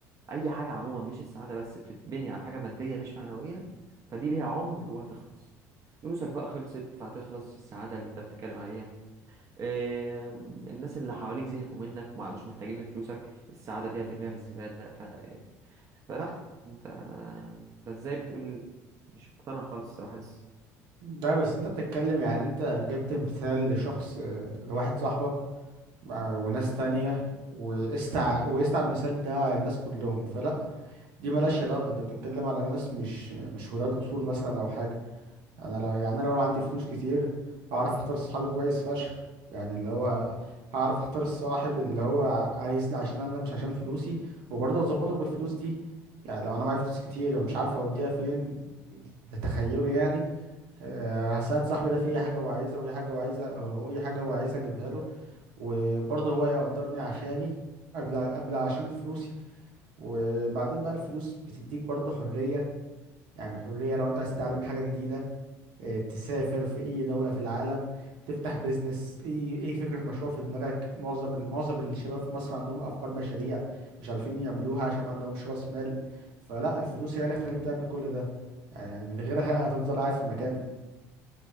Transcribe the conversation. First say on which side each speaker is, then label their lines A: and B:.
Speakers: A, on the right; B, on the right.
A: أي حاجة عموما مش السعادة بس بتتبني على حاجة مادية مش معنوية فدي ليها عمر وهتخلص فلوسك بقى خلصت فهتخلص السعادة اللي أنت بتتكلم عليها آه، الناس اللي حواليك زهقوا منك ما عادوش محتاجين لفلوسك السعادة دي هترميها في الزبالة ف... فلا أنت أنت إزاي بتقول مش مقتنع خالص الصراحة لسه
B: ده بس انت بتتكلم يعني انت جبت مثال لشخص آه، لواحد صاحبك آه، وناس تانية وقست ع- وقست على المثال ده على الناس كلهم فلا دي ملهاش علاقة انت بتتكلم على ناس مش مش ولاد اصول مثلا او حاجة انا لا يعني انا لو عندي فلوس كتير هعرف اختار صحابي كويس فشخ يعني اللي هو هعرف اختار الصاحب اللي هو عايزني عشان انا مش عشان فلوسي وبرضه اظبطه بالفلوس دي يعني لو انا معايا فلوس كتير ومش عارف اوديها فين ده تخيلي يعني آه، هساعد صاحبي ده في اي حاجة هو عايزها واي حاجة هو عايزها واي حاجة هو عايزها اجيبها له وبرضه هو يقدرني عشاني قبل قبل عشان فلوسي وبعدين بقى الفلوس بتديك برضه حرية يعني حرية لو انت عايز تتعلم حاجة جديدة اه، تسافر في اي دولة في العالم تفتح بيزنس اي اي فكرة مشروع في دماغك معظم ال- معظم الشباب في مصر عندهم افكار مشاريع مش عارفين يعملوها عشان ما عندهمش راس مال فلا الفلوس هي اللي هتخليك تعمل كل ده يعني من غيرها هتفضل قاعد في مكانك